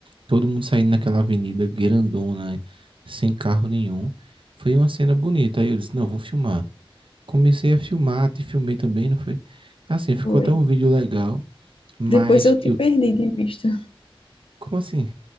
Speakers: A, on the right; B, on the left.
A: Todo mundo saindo naquela avenida grandona, sem carro nenhum. Foi uma cena bonita. Aí eu disse, não, vou filmar. comecei a filmar, te filmei também, não foi? Assim, ficou
B: Foi.
A: até um vídeo legal, mas
B: Depois eu te
A: eu,
B: perdi de vista.
A: como assim?